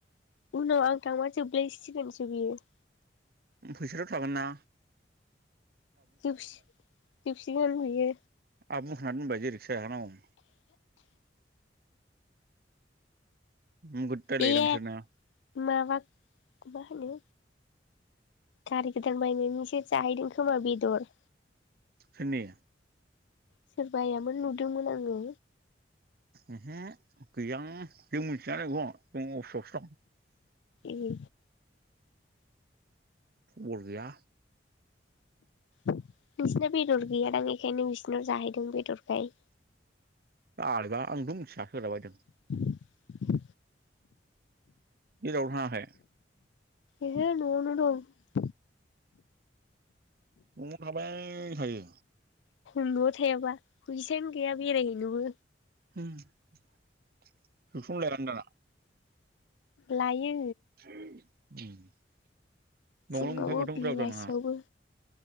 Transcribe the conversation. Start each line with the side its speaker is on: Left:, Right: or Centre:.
Left: उनाव आं थांबा जोबलायसिगोनसो बियो
Right: फैसाथ' थागोनना
Left: जोबसि जोबसिगोन बियो
Right: आहा बुंखानानै‌ दोनबाय जेरै जाहोनांगौ नोगोद रायलायोदां
Left: ए
Right: बिसोरनो
Left: माबा मा होनो गारि गोदान बायनायनिसो जाहैदों खोमा बेदर
Right: सोरनि
Left: सोर बायामोन नुदोंमोन आङो
Right: ओहो गैया जों मिथिआनो बेखौ जों अपिसावसो दं
Left: ए
Right: खबर गैया
Left: नोंसिना बेदर गैयादां एखायनो बिसिनाव जाहैदों बेदरखाय
Right: आरबा आंथ' मिथिआ सोरहा बायदों
Left: <inaudible>
Right: जेरावबो थांआखै
Left: ओहो न'आवनो दं
Right: न'आव थाबाय थायो
Left: न'आव थायाबा फैसायानो गैया बेरायहैनोबो
Right: होम टिउसन लाया नों दाना
Left: लायो
Right: <inaudible> ओम होमबालाय
Left: फुङावबो
Right: मोनखायो माथो बुरजा
Left: बेलासियावबो
Right: बुरजा नोंहा